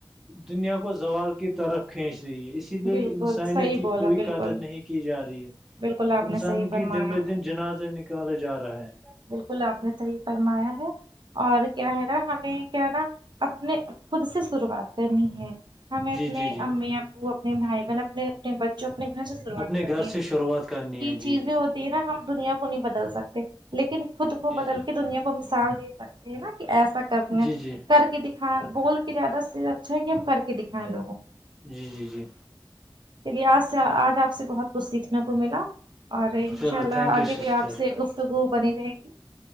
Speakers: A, in the centre; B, on the right.
A: دنیا کو زوال کی طرف کھینچ رہی ہے اس اسی لیے
B: بالکل
A: انسانیت
B: صحیح
A: کی
B: بولا
A: کوئی
B: بالکل
A: قدر نہیں کی جا رہی ہے
B: بالکل آپ
A: انسان
B: نے صحیح فرمایا
A: کی دن بہ دن جنازے نکالا جا رہا ہے
B: بالکل آپ نے صحیح فرمایا ہے اور کیا ہے نا ہمیں کیا ہے نا اپنے خود سے شروعات کرنی ہے ہمیں اپنے
A: جی جی جی
B: امی ابو اپنے بھائی بہن اپنے اپنے بچوں اپنے گھر سے شروعات
A: اپنے
B: کر
A: گھر
B: دی ہے
A: سے شروعات کرنی ہے جی
B: چیزیں
A: جی
B: ہوتی ہے نا ہم دنیا کو نہیں بدل سکتے لیکن خود کو
A: جی
B: بدل
A: جی
B: کے دنیا کو کو مثال دے سکتے ہیں نا کہ ایسا کرنا
A: جی جی
B: کر کے ہاں بول کے زیادہ سے اچھا ہے کہ ہم کر کے دکھائیں لوگوں کو
A: جی جی جی
B: چلیے آج سے آج آپ سے بہت کچھ سیکھنے کو ملا اور انشاء
A: چلو
B: اللہ
A: تھینک
B: آگے
A: یو سسٹر
B: بھی آپ سے گفتگو بنی رہے گی